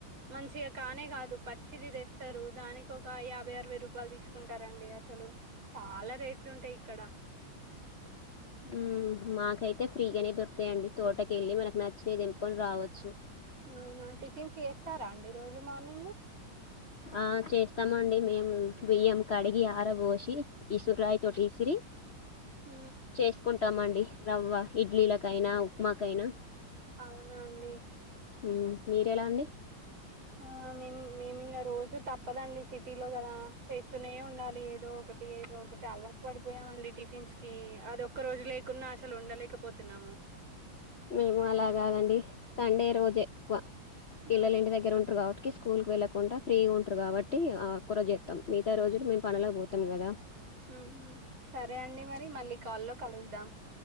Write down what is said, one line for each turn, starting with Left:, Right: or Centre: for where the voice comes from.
Right: మంచిగ కానే కాదు పచ్చిది తెస్తారు. దానికి ఒక యాభై అరవై రూపాయలు తీసుకుంటారండి అసలు చాలా రేట్ అట్లుంటయి ఇక్కడ
Left: ఉమ్ మాకైతె ఫ్రీగనే దొర్ అంతే అండి తోటకెళ్ళి మనకి నచ్చినవి తేంపుకొని రావచ్చు.
Right: అవునా టిఫిన్ చేస్తారా అండి రోజు మార్నింగు
Left: ఆ చేస్తామండి మేము బియ్యం కాడి ఈ ఆర బోసి ఇసురు రాయ్ తోటి ఇసిరి
Right: ఊ
Left: చేసుకుంటామండి రవ్వ ఇడ్లీలకైనా ఉప్మాకైనా
Right: అవునా అండి
Left: ఉమ్ మీర్ ఎలా అండి
Right: ఆ మేము మేమింగ రోజు తప్పదండి. సిటీలో గదా చేస్తూనే ఉండాలి ఏదో ఒకటి ఏదో ఒకటి అలవా పడిపోయామండి టిఫిన్స్ కి అది ఒక్క రోజు లేకున్నా అసలు ఉండలేకపోతున్నాము.
Left: మేము అలా కాదండి సండే రోజే ఎక్కువ. పిల్లలు
Right: అవును
Left: ఇంటి దగ్గర ఉంటారు కావట్ కి స్కూల్ కి వెళ్లకుండా ఫ్రీగ ఉంటరు కాబట్టి ఆ ఒక్కరోజ్ చెత్తాం మిగతా రోజులు మేము పనులక్ పోతాం కదా
Right: హుమ్ సరే అండి మరి మళ్ళీ కాల్లో కలుద్దాం.